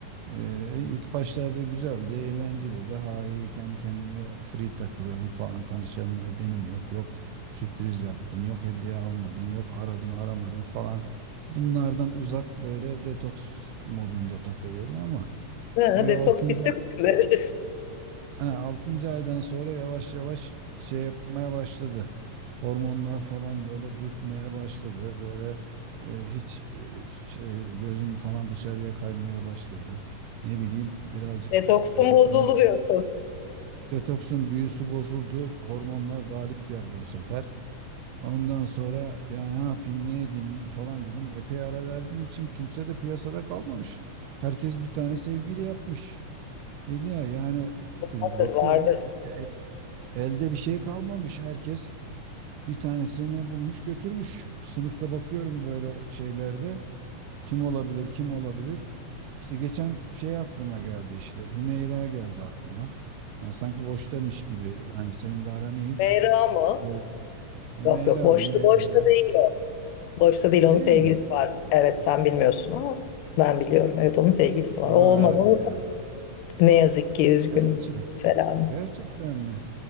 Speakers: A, on the right; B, on the left.
A: e, ilk başlarda güzeldi, eğlenceliydi. Daha iyi kendi kendime free takılıyorum falan. Kanışlarım edenim yok. Yok sürpriz yaptın, yok hediye almadın, yok aradın aramadın falan. Bunlardan uzak böyle detoks modunda takılıyordum ama
B: Ha,
A: bir
B: detoks
A: 6.
B: bitti mi şimdi? <laughs>
A: Ha, 6. aydan sonra yavaş yavaş şey yapmaya başladı. Hormonlar falan böyle dürtmeye başladı. Böyle e, hiç e, şey gözüm falan dışarıya kaymaya başladı. Ne bileyim birazcık
B: Detoksun
A: e, dokuzuncu
B: bozuldu diyorsun.
A: detoksun büyüsü bozuldu. Hormonlar galip geldi bu sefer. Ondan sonra yani ne yapayım ne edeyim falan dedim. Epey ara verdim için kimse de piyasada kalmamış. Herkes bir tane sevgili yapmış. Hülya yani e, e,
B: Vardır,
A: bakıyorum
B: vardır.
A: e, e, Elde bir şey kalmamış. Herkes bir tanesini bulmuş götürmüş. Sınıfta bakıyorum böyle şeylerde. Kim olabilir, kim olabilir? İşte geçen şey aklıma geldi işte. Hümeyra geldi aklıma. Yani sanki boştamış gibi. Hani senin de aran iyi.
B: Meyra mı?
A: Evet. Hümeyra,
B: Yok yok, boşta
A: Hümeyra
B: boşta
A: ya.
B: değil o. Boşta değil, onun
A: Değil
B: sevgilisi
A: mi?
B: var. Evet, sen bilmiyorsun ama ben biliyorum. Evet, onun sevgilisi
A: Hadi
B: var. O olmaz. Onu...
A: ya.
B: Ne yazık ki üzgünüm.
A: Gerçek,
B: Selam.
A: gerçekten mi?